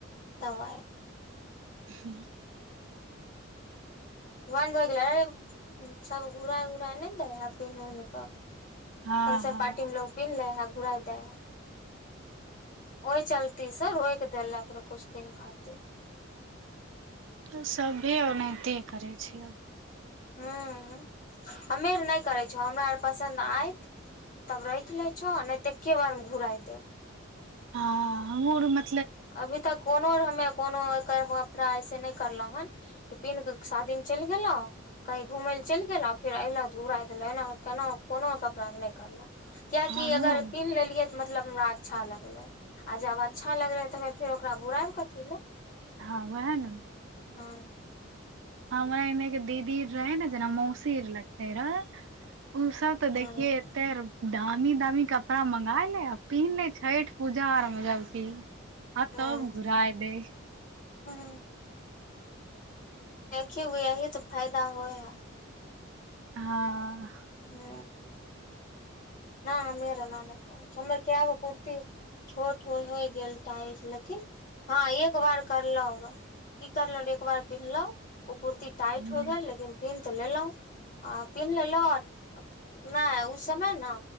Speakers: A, on the left; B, on the right.
A: तब आय
B: हू
A: बन्द होइ गेल अ सब घुराए उराय नहि दे प क
B: हँ
A: फंक्शन
B: हँ
A: पारटीमे ल उपी लै ह घुराय दै ओहि चलती से रोोकि देलक रह कुछ दिन खातिर
B: त सबी ओनहिते करे अब
A: हँ ह हमे आर नहि करे छ हमरा आर पास पसन्द आयत तब राख ले छो नहि तऽेके बार मे घुरा देब
B: ह हमूर म
A: अभी तक कोनो हमे कोनो कपड़ा ऐसे नहि करलहु हेन कि पिन्ह कऽ शादीमे चलि गेलहु कही घूमय लए चलि गेलहु फेर एऐलहु तऽ घुराय देलहुँ एना केना कोनो कपड़ाे नहि करलहु क्य
B: हमहूँ
A: कि अगर पिन्ह लेलियै त मतलब हमरा अच्छा लगले आ जब अच्छा लगले त फेर ओकरा घराएब कथी ल
B: हँ वएह ने
A: ह
B: हमरा एने के दीदीर रहे ने जेना मौसीर लगते रहे ओ सब ते
A: हूँ
B: देखिये एते दामी दामी कपड़ा मंगा ले आ पहिन्ह ले छठ पूजा आरमे जालक आ
A: हूँ
B: तो घुराए देने
A: हूँ की फायदा हो ओ
B: हँ
A: हँ न मीर नान कह च क्य कुर्ती छोट हो होय गेल लेकिन हँ एक बार करलहु र की करलहु एक बार पिन्हलहु ओ कुर्ती टाइट
B: ह
A: होइ गेल लेकिन पिनह तऽ लेलहुं आ पिन्ह लेलहु नहि ओ समय ने